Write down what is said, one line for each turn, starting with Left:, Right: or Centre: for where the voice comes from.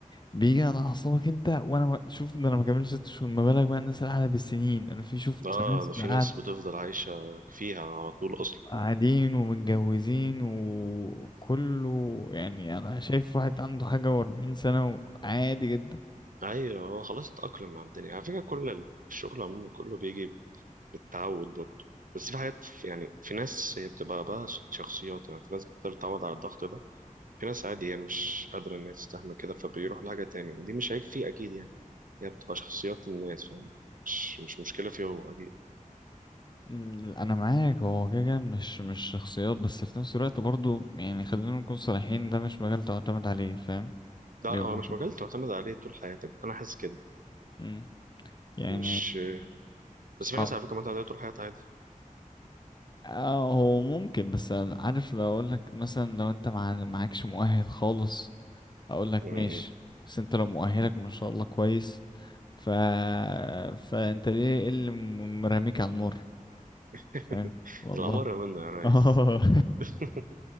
Left: بيجي على أعصابك أنت وأنا ما- شوف ده أنا ما كملش ست شهور ما بالك بقى الناس اللي قاعدة بالسنين أنا في شفت
Right: آه
Left: ناس
Right: ده في
Left: قاعد
Right: ناس بتفضل عايشة فيها على طول أصلا
Left: قاعدين ومتجوزين وكله يعني أنا شايف واحد عنده حاجة وأربعين سنة وعادي جدا
Right: أيوه هو خلاص اتأقلم مع الدنيا على فكرة كل الشغل عموما كله بيجي بالتعود برضه بس في حاجات يعني في ناس هي بتبقى بقى شخصيات يعني في ناس بتقدر تتعود على الضغط ده في ناس عادي هي مش قادرة إنها تستحمل كده فبيروح لحاجة تانية ودي مش عيب فيه أكيد يعني هي بتبقى شخصيات الناس فاهم مش مش مشكلة فيه هو أكيد
Left: ال- أنا معاك هو كده كده مش مش شخصيات بس في نفس الوقت برضو يعني خلينا نكون صريحين ده مش مجال تعتمد عليه فاهم
Right: ده
Left: بيبقى
Right: هو
Left: معتمد
Right: مش مجال تعتمد عليه طول حياتك أنا حاسس كده
Left: مم. يعني
Right: مش
Left: صعب
Right: بس في ناس على فكرة معتمدة عليه طول حياتها عادي
Left: اه هو ممكن بس عارف لو اقول لك مثلا لو انت مع معكش مؤهل خالص اقول لك
Right: م- م.
Left: ماشي بس انت لو مؤهلك ما شاء الله كويس ف... فانت ليه إيه اللي م- مرميك على النار
Right: <laughs>
Left: فاهم والله
Right: الأمر منه
Left: <laughs>
Right: يا ريس
Left: اه
Right: <laughs>